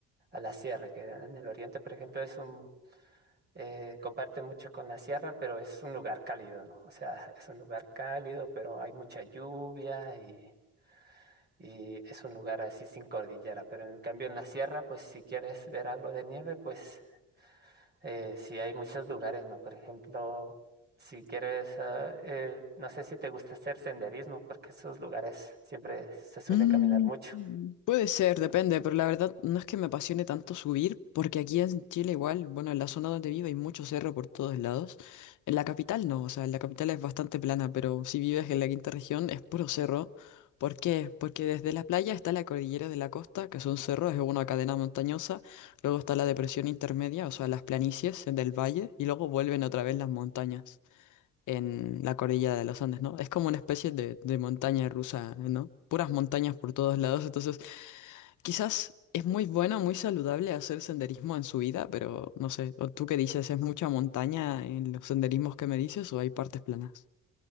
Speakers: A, on the right; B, on the left.
A: la sierra, que en el oriente, por ejemplo, es un, eh, comparte mucho con la sierra, pero es un lugar cálido, ¿no? O sea, es un lugar cálido, pero hay mucha lluvia y, y es un lugar así sin cordillera. Pero en cambio en la sierra, pues si quieres ver algo de nieve, pues eh, sí hay muchos lugares, ¿no? Por ejemplo, si quieres, ah, eh, no sé si te gusta hacer senderismo, porque esos lugares siempre se suele
B: Mm,
A: caminar mucho.
B: puede ser, depende, pero la verdad no es que me apasione tanto subir, porque aquí en Chile igual, bueno, en la zona donde vivo hay mucho cerro por todos lados. En la capital no, o sea, en la capital es bastante plana, pero si vives en la quinta región es puro cerro. ¿Por qué? Porque desde la playa está la cordillera de la costa, que son cerros, es una cadena montañosa, luego está la depresión intermedia, o sea, las planicies del valle, y luego vuelven otra vez las montañas en la cordillera de los Andes, ¿no? Es como una especie de, de montaña rusa, ¿no? Puras montañas por todos lados, entonces quizás es muy bueno, muy saludable hacer senderismo en su vida, pero no sé, ¿o tú qué dices? ¿Es mucha montaña en los senderismos que me dices o hay partes planas?